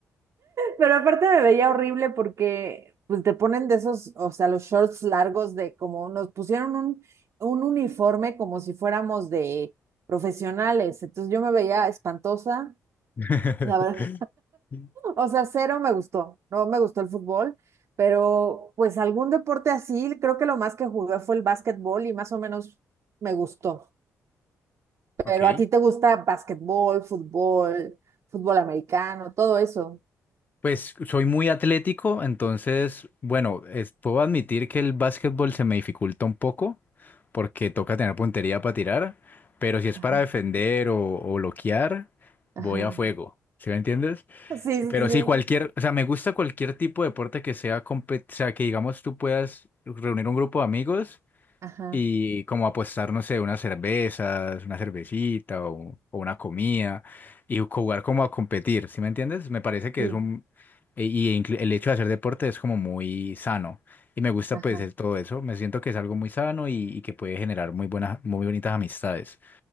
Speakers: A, on the right; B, on the left.
A: Pero aparte me veía horrible porque pues te ponen de esos, o sea, los shorts largos de como nos pusieron un, un uniforme como si fuéramos de profesionales. Entonces yo me veía espantosa.
B: <laughs>
A: La verdad, o sea, cero me gustó. No me gustó el fútbol, pero pues algún deporte así, creo que lo más que jugué fue el básquetbol y más o menos me gustó.
B: Ok.
A: Pero a ti te gusta básquetbol, fútbol, fútbol americano, todo eso.
B: Pues soy muy atlético, entonces, bueno, es- puedo admitir que el básquetbol se me dificulta un poco porque toca tener puntería para tirar, pero si es
A: Ajá,
B: para defender o, o bloquear,
A: ajá,
B: voy a fuego, ¿sí me entiendes?
A: Sí,
B: Pero
A: sí, sí.
B: sí, cualquier, o sea, me gusta cualquier tipo de deporte que sea, compe- o sea, que digamos tú puedas reunir un grupo de amigos
A: ajá,
B: y como apostar, no sé, unas cervezas, una cervecita o, o una comida y jugar como a competir, ¿sí me entiendes? Me parece que
A: sí,
B: es un... e- Y inclu- el hecho de hacer deporte es como muy sano y me gusta
A: ajá.
B: pues el- todo eso, me siento que es algo muy sano y, y que puede generar muy buenas, muy bonitas amistades.